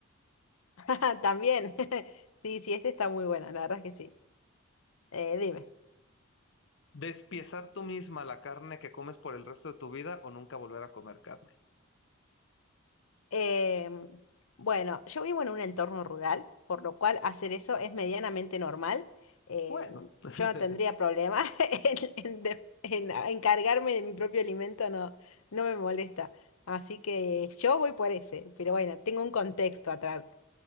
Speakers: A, on the left (about 80°); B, on the left (about 55°).
A: <laughs> También. <laughs> Sí, sí, este está muy bueno, la verdad es que sí. Eh, dime.
B: Despiezar tú misma la carne que comes por el resto de tu vida o nunca volver a comer carne.
A: Em, bueno, yo vivo en un entorno rural, por lo cual hacer eso es medianamente normal. Em,
B: Bueno. <laughs>
A: yo no tendría problema <laughs> en, en de- en a- encargarme de mi propio alimento, no, no me molesta. Así que yo voy por ese, pero bueno, tengo un contexto atrás.